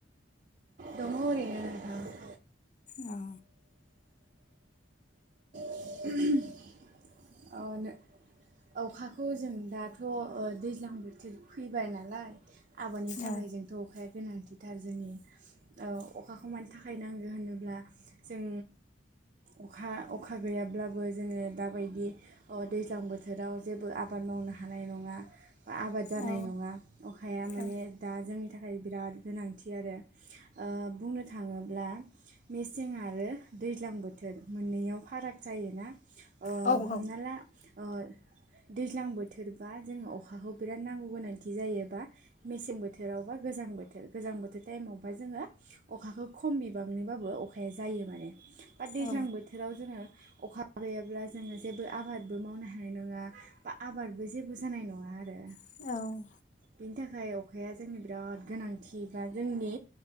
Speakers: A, on the right (about 45°); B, on the left (about 45°).
A: दंङो ओरैनो नोंथां
B: औ
A: <unintelligible> अ नों अखाखौ जों दाथ ओ दैज्लां बोथोर फैबाय नालाय आबादनि थाखाय
B: औ
A: जोंथ अखाया गोनां थिटार जोंनि औ अखाखौ मानि थाखाय नाङो मानो होनोब्ला जों अखा अखा गैयाब्लाबो जोङो दाबायदि अ दैज्लां बोथोराव जेबो आबाद मावनो हानाय नङा बा आबाद जानाय
B: औ
A: नङा अखाया माने
B: औ
A: दा जोंनि थाखाय ओमफ्राय बिराद गोनांथि आरो ओ बुंनो थाङोब्ला मेसें आरो दैज्लां बोथोर मोननैयाव फाराग जायो ना
B: औ
A: हमनाला ओ दैज्लां बोथोरबा जोङो अखाखौ बिराद नांगौ गोनांथि जायोबा मेसें बोथोराव बा गोजां बोथोर गोजां बोथोर टाइमावबा जोङो अखाखौ खम बिबांनिबाबो अखाया जायो माने बा दैज्लां
B: औ
A: बोथोराव जोङो अखा गैयाब्ला जोङो जेबो आबादबो मावनो हानाय नङा बा आबादबो जेबो जानाय नङा आरो
B: औ
A: बेनि थाखाय अखाया जोंनि बिराद गोनांथि बा जोंनि